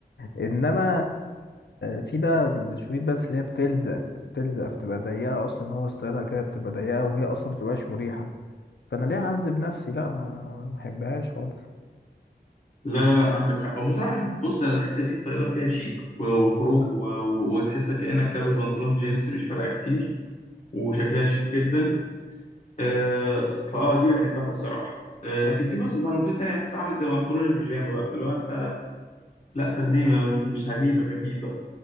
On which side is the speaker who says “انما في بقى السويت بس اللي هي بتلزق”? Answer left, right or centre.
Left